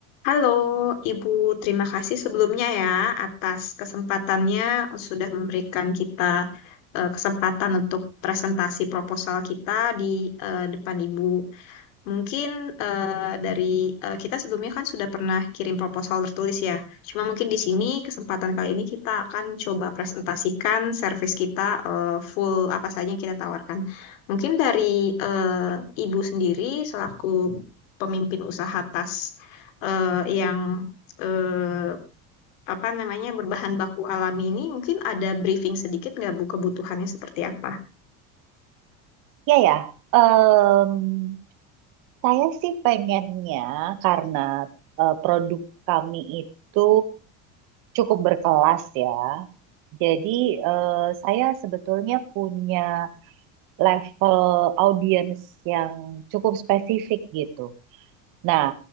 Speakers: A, on the left; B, on the right.
A: Halo, Ibu. Terima kasih sebelumnya ya atas kesempatannya sudah memberikan kita eh, kesempatan untuk presentasi proposal kita di eh, depan Ibu. Mungkin eh, dari eh, kita sebelumnya kan sudah pernah kirim proposal tertulis ya. Cuma mungkin di sini kesempatan kali ini kita akan coba presentasikan service kita eh, full apa saja yang kita tawarkan. Mungkin dari eh, Ibu sendiri selaku pemimpin usaha tas eh, yang eh, apa namanya berbahan baku alami ini mungkin ada briefing sedikit nggak Bu kebutuhannya seperti apa?
B: Ya ya, Em, saya sih pengennya karena eh, produk kami itu cukup berkelas ya. Jadi eh, saya sebetulnya punya level audiens yang cukup spesifik gitu. Nah,